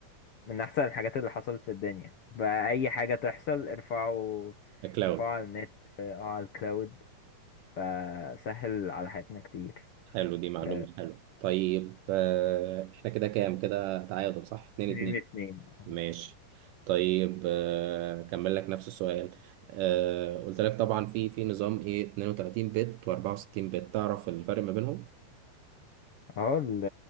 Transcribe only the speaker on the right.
كلاود
حلو دي معلومة
حلو طيب آه، إحنا كده كام كده تعادل صح اتنين
اتنين
ماشي طيب آه، كمل لك نفس السؤال آه، قلت لك طبعا في في نظام إيه 32 بت و64 بت تعرف الفرق ما بينهم